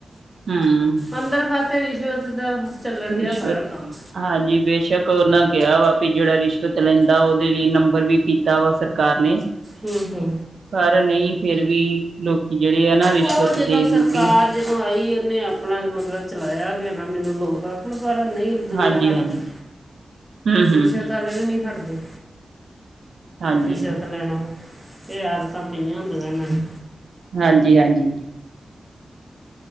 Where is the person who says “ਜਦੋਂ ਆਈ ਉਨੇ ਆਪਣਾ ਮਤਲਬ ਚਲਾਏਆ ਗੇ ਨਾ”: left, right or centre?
Centre